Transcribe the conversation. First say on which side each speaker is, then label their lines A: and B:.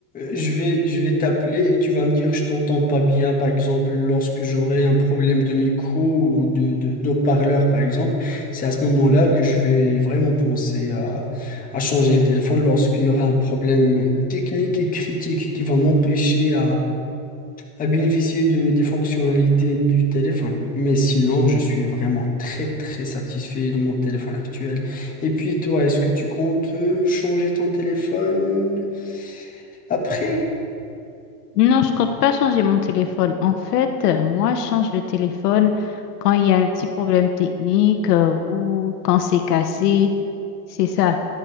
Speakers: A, on the left (about 15°); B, on the left (about 70°).
A: je vais, je vais t'appeler et tu vas me dire je t'entends pas bien, par exemple, lorsque j'aurai un problème de micro ou de, de, d'haut-parleur, par exemple. C'est à ce moment-là que je vais vraiment penser à, à changer le téléphone lorsqu'il y aura un problème technique et critique qui va m'empêcher à bénéficier de, des fonctionnalités du téléphone. Mais sinon, je suis vraiment très très satisfait de mon téléphone actuel. Et puis toi, est-ce que tu comptes euh, changer ton téléphone après?
B: Non, je compte pas changer mon téléphone. En fait, euh, moi, je change de téléphone quand il y a un petit problème technique euh, ou quand c'est cassé. C'est ça.